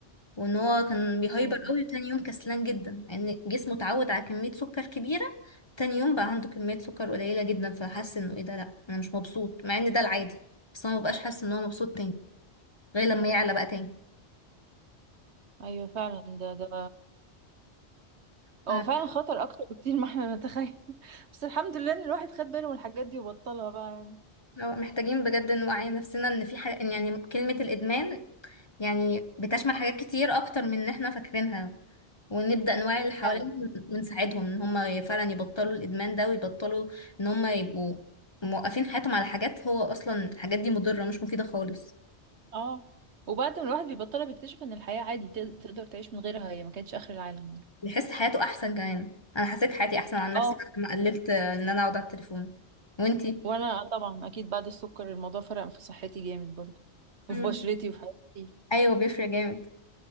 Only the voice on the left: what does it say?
وان هو كان بيهايبر
قوي وتاني يوم كسلان جدا لان يعني جسمه اتعود على كمية سكر كبيرة تاني يوم بقى عنده كمية سكر قليلة جدا فحس انه ايه ده لا انا مش مبسوط مع ان ده العادي بس هو مبقاش حاسس ان هو مبسوط تاني غير لما يعلى بقى تاني
ف-
هو محتاجين بجد نوعي نفسنا ان في حاجة إن يعني كلمة الادمان يعني بتشمل حاجات كتير اكتر من ان احنا فاكرينها ونبدأ نوعي اللي حوالينا
ون- ونساعدهم ان هم فعلا يبطلوا الادمان ده ويبطلوا ان هم يبقوا موقفين حياتهم على حاجات هو اصلا الحاجات دي مضرة مش مفيدة خالص
يحس حياته احسن كمان انا حسيت حياتي احسن عن نفسي
بعد ما قللت ان انا اقعد على التليفون وانتي
مم.
ايوه بيفرق جامد